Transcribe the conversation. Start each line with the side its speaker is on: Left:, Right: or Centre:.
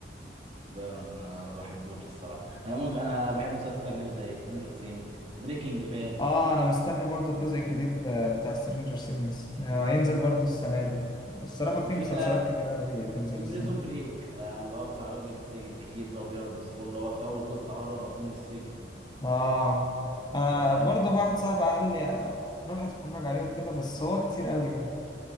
Right: ده انا ما بحبوش الصراحه انا ممكن انا بحب مسلسلات اجنبي زي سترينجر سينج بريكنج باد
Left: اه انا مستني برضو الجزء الجديد بتاع سترينجر سينجز
Right: لا
Left: هينزل
Right: لا ده
Left: برضو السنة دي الصراحة في
Right: وفي
Left: مسلسلات
Right: بقى
Left: كتيرة أوي تنزل
Right: في
Left: السنة
Right: بريزون بريك آه اللي هو بتاع راجل بيتسجن كتير ده وبيهرب من السجون اللي هو في اول جزء هرب اخوه من السجن
Left: اه انا
Right: ده
Left: برضه
Right: جامد
Left: واحد صاحبي قال لي روح اتفرج عليه وكده بس هو كتير قوي يعني